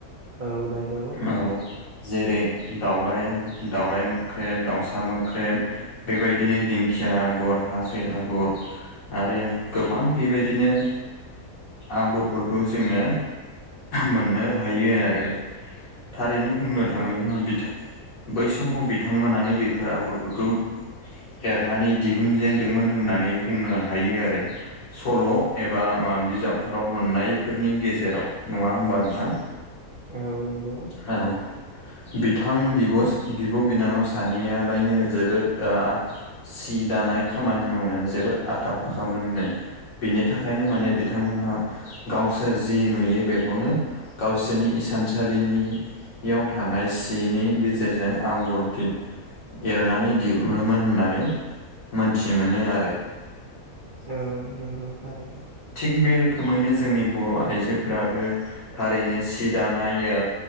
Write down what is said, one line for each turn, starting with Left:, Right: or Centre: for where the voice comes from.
Right: औ नंगौ
Left: औ जेरै दावराय दाउराय मोख्रेब दाउसा मोख्रेब बेबायदिनो दिंखिया आगर हाजो आगर आरो गोबां बेबायदिनो आगरफोरखौ जोङो मोननो हायो आरो थारैनो बुंनो
Right: औ
Left: थाङोब्ला बै समाव बिथांमोनानो बेफोर आगरफोरखौ एरनानै दिहुनजेनदोंमोन होननानै बुंनो हायो आरो सल' एबा आंहा बिजाबफोराव मोननायफोरनि गेजेराव नङा होमबा नोंथां
Right: औ नंगौ
Left: औ बिथां बिब' बिनानाव सानैयालायनो जोबोद सि दानाय खामानि मावनायाव जोबोद आखा फाखा मोनो बिनि थाखायनो माने बिथांमोनहा गावसोर जि नुयो बेखौनो गावसोरनि इसानसालिनि याव थानाय सिनि गेजेरजों आगर दिन एरनानै दिहुनोमोन होननानै मोनथि मोनो आ
Right: औ नंगौ थारै
Left: थिग बे रोखोमैनो जोंनि बर' आइजोफोराबो थारैनो सि दानाया